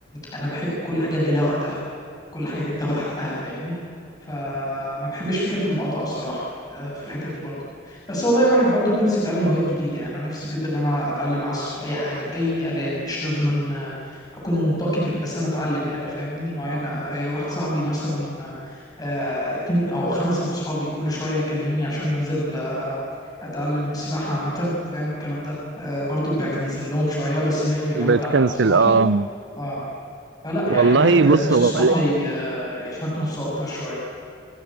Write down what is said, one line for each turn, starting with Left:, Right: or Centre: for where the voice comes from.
Left: انا بحب كل حاجه ادي لها وقتها كل حاجه تاخد حقها فاهمني فما بحبش فكره المقاطعه الصراحه آه، في الحته دي برضه بس والله الواحد برضه نفسه يتعلم هوايات جديده يعني انا نفسي جدا ان انا اتعلم عزف اي حاجه اي اله مش لازم أن آه، اكون منطقي في الآلة، بس انا اتعلم اله فاهمني معينه آه، واحد صاحبي مثلا آه، اتنين او خمسه من اصحابي كل شويه يكلموني عشان ننزل آه، اتعلم سباحه عامه فاهم والكلام ده آه برضو بكنسل لهم شويه بس ناوي ان
Right: بتكنسل
Left: انا اتعلمها الصراحه
Right: اه
Left: اه فلا يعني
Right: والله
Left: الواحد نفسه
Right: بص هو
Left: الصراحه ي- آه، يحرك نفسه اكتر شويه